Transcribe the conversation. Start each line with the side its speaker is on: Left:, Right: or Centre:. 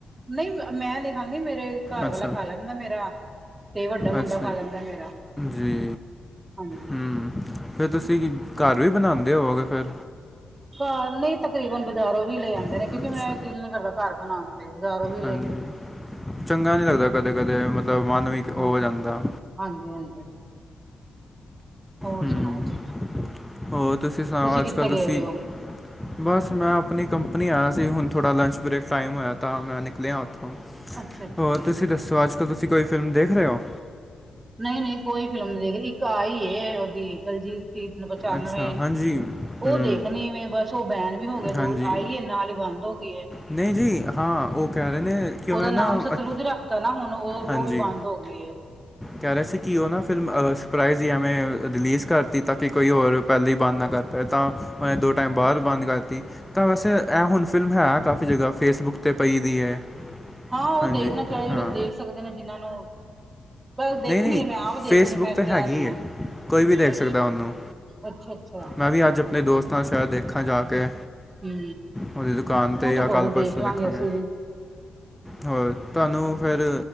Right: ਨਈ ਮੈਂ ਨੀ ਖਾਂਦੀ ਮੇਰੇ ਘਾੱਰ
Centre: ਅੱਛਾ
Right: ਵਾਲਾ ਖਾ ਲੈਂਦਾ ਮੇਰਾ ਤੇ ਵੱਡਾ ਮੁੰਡਾ
Centre: ਅੱਛਾ,
Right: ਖਾ ਲੈਂਦਾ ਮੇਰਾ
Centre: ਜੀ,
Right: ਹਾਂਜੀ
Centre: ਹੂੰ। ਫੇਰ ਤੁਸੀ, ਘਾੱਰ ਵੀ ਬਨਾਂਦੇ ਹੋਵੋਗੇ ਫੇਰ
Right: ਘਾੱਰ ਨੀ ਤਕਰੀਬਨ ਬਾਜ਼ਾਰੋਂ ਹੀ ਲੇ ਆਂਦੇ
Centre: ਅੱਛਾ
Right: ਨੇ, ਕਯੋਂਕਿ ਮੈਂ ਦਿਲ ਨੀ ਕਰਦਾ ਘਾੱਰ ਬਨਾਨ <unintelligible>
Centre: ਹਾਂਜੀ, ਚੰਗਾ ਨੀ ਲੱਗਦਾ ਕੱਦੇ, ਕੱਦੇ ਮੱਤਲਬ ਮਨ ਵੀ ਓ
Right: ਹਾਂ
Centre: ਹੋ ਜਾਂਦਾ
Right: ਹਾਂਜੀ, ਹਾਂਜੀ। ਹੋਰ
Centre: ਹੂੰ
Right: ਸੁਣਾਓ ਜੀ
Centre: ਹੋਰ ਤੁਸੀਂ ਸੁਣਾਓ ਅੱਜ
Right: ਕਿੱਥੇ
Centre: ਕੱਲ੍ਹ ਤੁਸੀਂ
Right: ਗਏ ਦੇ ਹੋ
Centre: ਬਸ ਮੈਂ ਆਪਣੀ ਕੰਪਨੀ ਆਇਆ ਸੀ ਹੁਣ ਥੋੜਾ ਲੰਚ ਬ੍ਰੇਕ ਟਾਈਮ ਹੋਇਆ ਤਾ ਮੈਂ ਨਿਕਲਿਆ ਉੱਥੋਂ
Right: ਅੱਛਾ ਅੱਛਾ
Centre: ਹੋਰ
Right: ਠੀਕ
Centre: ਤੁਸੀਂ
Right: ਹੈ
Centre: ਦੱਸੋ
Right: ਠੀਕ
Centre: ਅੱਜ ਕੱਲ੍ਹ ਤੁਸੀਂ ਕੋਈ ਫਿਲਮ ਦੇਖ ਰਹੇ ਹੋ
Right: ਨਹੀਂ ਨਹੀਂ ਕੋਈ ਫਿਲਮ ਨਹੀਂ ਦੇਖੀ ਇੱਕ ਆਹੀ ਉਹਦੀ ਦਲਜੀਤ <unintelligible> ਪਚਾਨਵੇਂ
Centre: ਅੱਛਾ ਹਾਂਜੀ ਹੂੰ
Right: ਓ ਦੇਖਨੀ ਵੀਂ ਬਸ ਓ ਬੈਨ ਵੀ ਹੋ ਗੇਆ
Centre: ਹਾਂਜੀ
Right: ਦੋ ਆਈ ਏ ਨਾਲ ਈ ਬੰਦ ਹੋ ਗਈ
Centre: ਨਹੀਂ ਜੀ ਹਾਂ ਉਹ ਕਹਿ ਰਹੇ ਨੇ ਕਿ
Right: ਉਹਦਾ
Centre: ਉਹ
Right: ਨਾਮ
Centre: ਨਾ ਹ
Right: ਸਤਲੁਜ ਰੱਖਤਾ ਨਾ ਹੁਣ ਉਹ ਉਹ
Centre: ਹਾਂਜੀ
Right: ਵੀ ਬੰਦ ਹੋ ਗਈ ਏ
Centre: ਕਹਿ ਰਹੇ ਸੀ ਕਿ ਉਹ ਨਾ ਫਿਲਮ ਸਰਪ੍ਰਾਈਜ਼ ਐਵੇਂ ਰਿਲੀਜ਼ ਕਰਤੀ ਤਾਂ ਕਿ ਕੋਈ ਹੋਰ ਪਹਿਲਾਂ ਹੀ ਬੰਦ ਨਾ ਕਰ ਪਏ ਤਾਂ ਉਹੇ ਥੋੜੇ ਟਾਇਮ ਬਾਅਦ ਬੰਦ ਕਰਤੀ ਤਾਂ ਵੈਸੇ ਐਂ ਹੁਣ ਫਿਲਮ ਹੈ ਕਾਫੀ ਜਗ੍ਹਾ ਫੇਸਬੁੱਕ 'ਤੇ ਪਈ ਦੀ ਹੈ
Right: ਹਾਂ ਉਹ
Centre: ਹਾਂਜੀ
Right: ਦੇਖਣਾ ਚਾਹੀਦਾ
Centre: ਹਾਂ
Right: ਜਿਹੜੇ ਦੇਖ ਸਕਦੇ ਨੇ ਜਿਹਨਾਂ ਨੂੰ ਬੱਸ ਦੇਖਣੀ
Centre: ਨਹੀਂ ਨਹੀਂ
Right: ਹੈ ਮੈਂ ਆਪ ਦੇਖਣੀ
Centre: ਫੇਸਬੁੱਕ
Right: ਮੈਂ
Centre: ਤੇ ਹੈਗੀ
Right: ਕਹਿ ਰਹੀ ਹਾਂ
Centre: ਹੈ ਕੋਈ ਵੀ ਦੇਖ
Right: ਅੱਛਾ
Centre: ਸਕਦਾ ਉਹਨੂੰ
Right: ਅੱਛਾ ਅੱਛਾ
Centre: ਮੈਂ ਵੀ ਅੱਜ ਆਪਣੇ ਦੋਸਤਾਂ ਸ਼ਾਇਦ ਦੇਖਾਂ ਜਾ ਕੇ
Right: ਹੂੰ
Centre: ਉਹਦੀ ਦੁਕਾਨ 'ਤੇ
Right: ਉਹ
Centre: ਜਾਂ
Right: ਤਾਂ ਕੋਈ
Centre: ਕੱਲ੍ਹ
Right: ਨੀ ਦੇਖ
Centre: ਪਰਸੋਂ
Right: ਲਾਂਗੇ
Centre: ਦੇਖਾਂਗੇ
Right: ਅਸੀਂ ਵੀ
Centre: ਹੋਰ ਤੁਹਾਨੂੰ ਫਿਰ